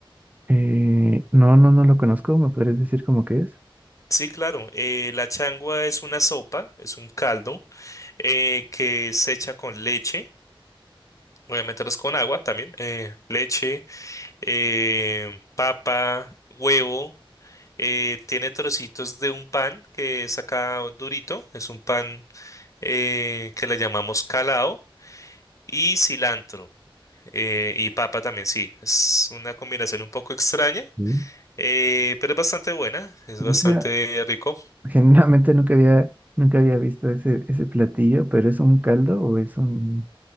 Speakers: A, on the right; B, on the left.
A: Eh, no, no, no lo conozco, ¿me podrías decir cómo que es?
B: Sí, claro. eh, la changua es una sopa, es un caldo eh, que se echa con leche, obviamente pues con agua también, eh, leche, eh, papa, huevo. eh, tiene trocitos de un pan que es acá durito, es un pan eh, que le llamamos calao y cilantro eh, y papa también, sí. Es una combinación un poco extraña,
A: Mm.
B: eh, pero es bastante buena, es
A: Nunca,
B: bastante rico.
A: <laughs> generalmente nunca había, nunca había visto ese, ese platillo, pero ¿es un caldo o es un,